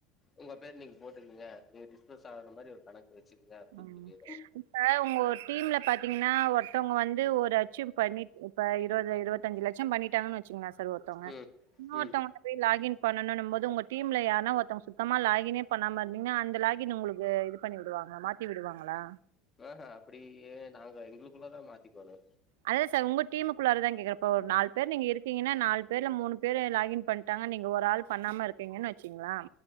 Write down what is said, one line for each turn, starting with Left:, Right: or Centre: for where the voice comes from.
Left: உங்க பேரு நீங்க போட்டுக்குங்க நீங்க டிஸ்மஸ் ஆகுற மாரி ஒரு கணக்கு வச்சுக்குங்க அப்டின்னு
Right: ஆமா
Left: சொல்லிருவே
Right: இப்ப உங்க டீம்ல பாத்தீங்கன்னா ஒரு ஒருத்துங்க வந்து ஒரு அத அச்சீவ் பண்ணி இப்ப இருபது இருபத் அஞ்ச லட்சம் பண்ணிட்டாங்கன்னு வெச் <unintelligible> சார் ஒருத்தவங்க
Left: ம்
Right: இன்னொருத்தவங்ககிட்ட
Left: ம்
Right: போய் லாகின் பண்ணணும்போது உங்க டீம்ல யாருனா ஒருத்தங்க சுத்தமா லாகினே பண்ணாம இருந்தீங்க அந்த லாகின் <unintelligible> உங்களுக்கு இது பண்ணி விடுவாங்களா மாத்தி விடுவாங்களா
Left: ஆஹா அப்டி நாங்க எங்களுக்குள்ளதா மாத்திக்கோணு
Right: அதான் சார் உங்க டீமுக்குள்ளாரதா கேக்குறே இப்ப ஒரு நாலு பேர் நீங்க இருக்கீங்கன்னா நாலு பேர்ல மூணு பேர் லாகின் பண்ட்டாங்க நீங்க ஒரு ஆள் பண்ணாம இருக்கீங்கன்னு வச்சுக்கங்களே